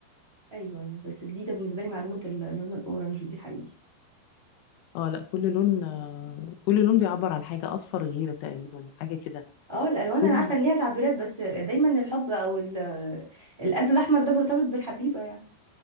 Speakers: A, on the right; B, on the left.
A: ايوه ايوه بس جديده بالنسبه لي معلومه اللون الاورنج دي حقيقي
B: اه لا كل لون آه، كل لون بيعبر عن حاجة أصفر غيرة تقريبا حاجة كده
A: اه الالوان
B: كل
A: انا عارفه ان ليها تعبيرات بس دايما الحب او ال- القلب الاحمر ده مرتبط بالحبيبه يعني